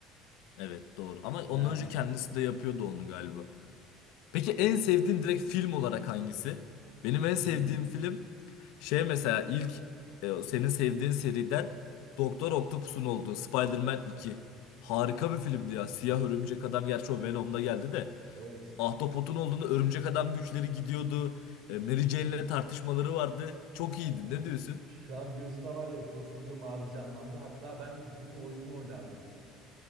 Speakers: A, on the left; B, on the right.
A: Evet doğru. Ama ondan
B: Yani
A: önce kendisi de yapıyordu onu galiba. Peki en sevdiğin direkt film olarak hangisi? Benim en
B: film.
A: sevdiğim film şey mesela ilk e, o senin sevdiğin seriden Doktor Octopus'un olduğu Spider-Man 2. Harika bir filmdi ya. Siyah Örümcek Adam gerçi o Venom'da geldi de.
B: Evet.
A: Ahtapot'un olduğunda Örümcek Adam güçleri gidiyordu. E, Mary Jane'le tartışmaları vardı. Çok
B: Aynen.
A: iyiydi. Ne diyorsun?
B: Şu an gözünde var ya koskoca mazi canlandı. Hatta ben bunun oyununu oynardım.